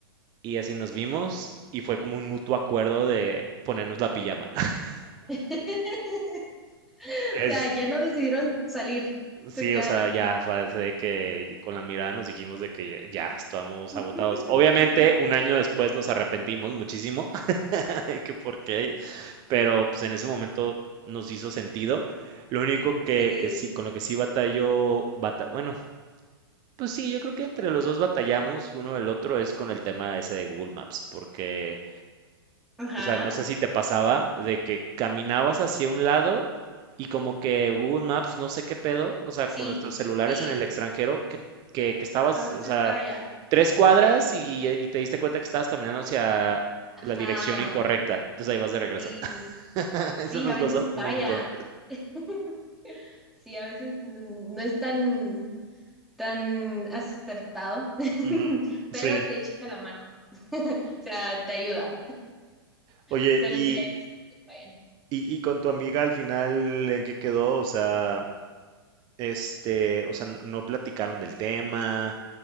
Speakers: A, on the right (about 30°); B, in the centre.
A: y así nos vimos y fue como un mutuo acuerdo de ponernos la pijama. <laughs>
B: <laughs>
A: Es,
B: O sea, ya no decidieron salir,
A: sí,
B: se quedaron.
A: o sea, ya fue de que con la mirada nos dijimos de que ya estábamos
B: <laughs>
A: agotados. Obviamente, un año después nos arrepentimos muchísimo <laughs> de que por qué, pero pues en ese momento nos hizo sentido. Lo único que,
B: Sí,
A: que sí, con lo que sí batalló, bata- bueno, Pues sí, yo creo que entre los dos batallamos uno el otro es con el tema ese de Google Maps, porque,
B: ajá.
A: o sea, no sé si te pasaba de que caminabas hacia un lado y como que Google Maps, no sé qué pedo, o sea,
B: Sí,
A: con nuestros celulares
B: sí,
A: en el extranjero, que, que, que estabas,
B: a veces
A: o sea,
B: falla.
A: tres cuadras y, y te diste cuenta que estabas caminando hacia
B: Ajá,
A: la dirección incorrecta, entonces ahí vas de regreso.
B: sí,
A: <laughs> Eso
B: sí,
A: nos
B: a veces
A: pasó un
B: falla.
A: montón.
B: <laughs> Sí, a veces no, no es tan, tan acertado, <laughs>
A: Ujú.
B: pero
A: Sí,
B: te echa la mano. <laughs> O sea, te ayuda.
A: oye,
B: Solo
A: y,
B: si hay que fallan.
A: y, y con tu amiga al final, ¿en qué quedó? O sea, Este, o sea, no platicaron del tema,